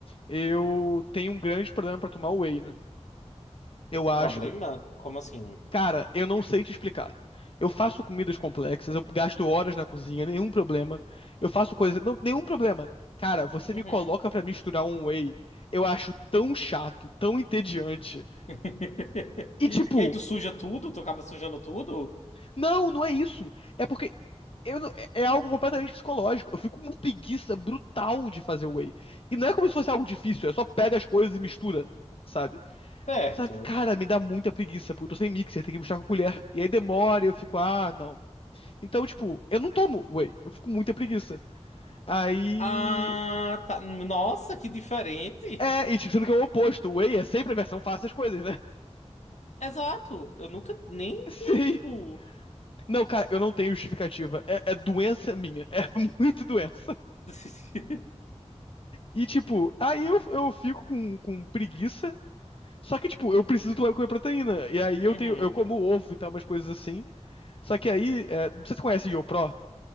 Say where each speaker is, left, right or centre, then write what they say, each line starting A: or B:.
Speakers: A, on the left (about 50°); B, on the left (about 75°).
A: Eu tenho um grande problema pra tomar whey, né? Eu acho.
B: Problema? Como assim?
A: Cara, eu não sei te explicar. Eu faço comidas complexas, eu gasto horas na cozinha, nenhum problema. Eu faço coisas. não, nenhum problema. Cara, você
B: Uhum.
A: me coloca pra misturar um whey. Eu acho tão chato, tão entediante.
B: <laughs>
A: E tipo,
B: E aí tu suja tudo? Tu acaba sujando tudo?
A: não, não é isso. É porque. Eu não- é é algo completamente psicológico. Eu fico com uma preguiça brutal de fazer whey. E não é como se fosse algo difícil, é só pega as coisas e mistura sabe?
B: Certo.
A: Só que, cara, me dá muita preguiça, porque eu tô sem mixer, tem que buscar com colher. E aí demora e eu fico, ah, não. Então, tipo, eu não tomo whey, eu fico com muita preguiça. Aí.
B: Ah, tá. Nossa, que diferente.
A: É, e tipo, sendo que é o oposto, whey é sempre a versão fácil das coisas, né?
B: Exato. Eu nunca nem
A: <laughs> Sim.
B: tinha, tipo.
A: Não, cara, eu não tenho justificativa. É, é doença minha. É <laughs> muito doença.
B: <laughs>
A: E, tipo, aí eu, eu fico com, com preguiça. Só que, tipo, eu preciso tomar- comer proteína. E aí eu
B: Uhum.
A: tenho, eu como ovo e tal, umas coisas assim. Só que aí, é, não sei se você conhece o YoPro.